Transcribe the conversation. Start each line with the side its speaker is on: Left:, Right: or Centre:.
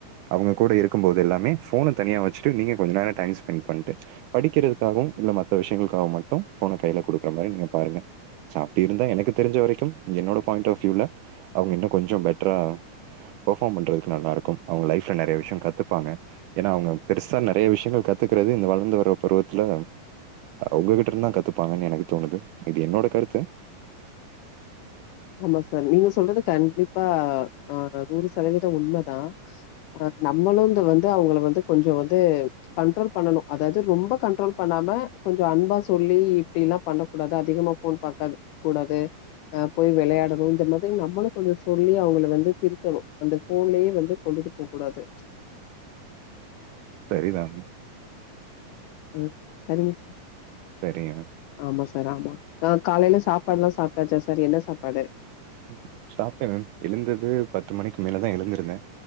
Right: அவுங்க கூட இருக்கும் போது எல்லாமே போன்ன தனியா வச்சுட்டு நீங்க கொஞ்ச நேரம் டைம் ஸ்பெண் பண்ணிட்டு படிக்கிறதுக்காகவும் இல்ல மற்ற விசயங்களுக்காகவும் மட்டும் போன்ன கையில கொடுக்குற மாதிரி நீங்க பாருங்க சோ அப்டி இருந்தா எனக்கு தெரிஞ்ச வரைக்கும் என்னோட பாயிண்ட் ஆஃப் வியூல அவுங்க இன்னும் கொஞ்சம் பெட்டரா பர்பாம் பண்றதுக்கு நல்லா இருக்கும் அவுங்க லைப்ல நறைய விசயம் கத்துப்பாங்க ஏனா அவுங்க பெருசா நறைய விசயங்கள் கத்துக்கிறது இந்த வளர்ந்து வர பருவத்துல உங்ககிட்ட இருந்தான் கத்துப்பாங்கன்னு எனக்கு தோணுது இது என்னோட கருத்து
Left: ஆமா சார் நீங்க சொல்றது கண்டிப்பா ஹா நூறு சதவீதம் உண்மதான் ஹா நம்மளும் வந்து அவுங்கள வந்து கொஞ்ச வந்து கண்ட்ரோல் பண்ணணும் அதாவது ரொம்ப கண்ட்ரோல் பண்ணாம கொஞ்ச அன்பா சொல்லி இப்டி எல்லாம் பண்ண கூடாது அதிகமா போன் பாக்க கூடாது ஹா போய் வெளையாடணு இந்த மாதிரி நம்மளு கொஞ்ச சொல்லி அவுங்கள வந்து திருத்தணு. அந்த ஃபோன்லயே வந்து கொண்டுட்டு போக்கூடாது.
Right: செரிதா.
Left: ம் சரிங்க சார்.
Right: சரிங்க மேம்.
Left: ஆமா சார் ஆமா. கா காலையில சாப்பாடல்லா சாப் ட்டாச்சா சார் என்ன சாப்பாடு?
Right: ம் சாப்ட்டே மேம். எழுந்தது பத்து மணிக்கு மேலதா எழுந்திருந்தே.